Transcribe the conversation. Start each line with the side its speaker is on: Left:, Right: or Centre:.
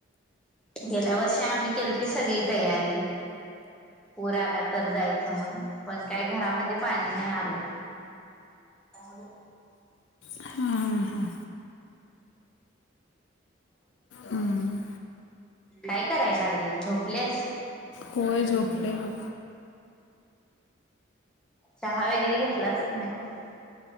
Centre: गेल्या वर्षी आम्ही केली त सगळी तयारी पूर आला तर जायचं म्हण पण काय घरामध्ये पाणी नाही आलं आता
Left: हां हां हां हम्म.
Centre: <unintelligible> कराय लागले झोपलेस
Left: होय झोपले बघ
Centre: चहा वगैरे घेतलास की नाही